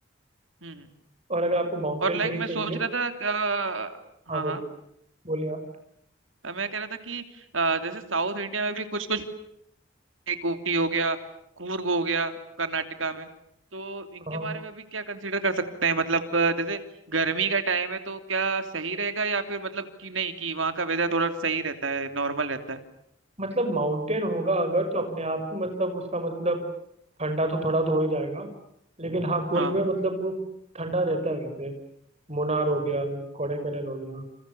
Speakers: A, on the right (about 85°); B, on the right (about 35°).
A: हम्म हम्म।
B: और अगर आपको माउंटेन
A: और लाइक
B: नहीं
A: मैं
B: चाहिए
A: सोच रहा था क-
B: हाँ
A: हाँ
B: बोलिए
A: हाँ
B: बोलिए आप
A: अ, मैं कह रहा था कि अ, जैसे साउथ इंडिया में भी कुछ कुछ एक ऊटी हो गया कूर्ग हो गया कर्नाटका में तो इनके
B: हाँ
A: बारे में भी क्या कंसीडर कर सकते हैं मतलब अ, जैसे गर्मी का टाइम है तो क्या सही रहेगा या फिर मतलब कि नहीं कि वहाँ का वेदर थोड़ा सही रहता है नॉर्मल रहता है
B: मतलब माउंटेन होगा अगर तो अपने आप ही मतलब उसका मतलब ठंडा तो थोड़ा तो हो ही जाएगा लेकिन हाँ कुर्ग
A: हाँ
B: में मतलब वो ठंडा रहता है वैसे मुनार हो गया कोडाईकनाल हो गया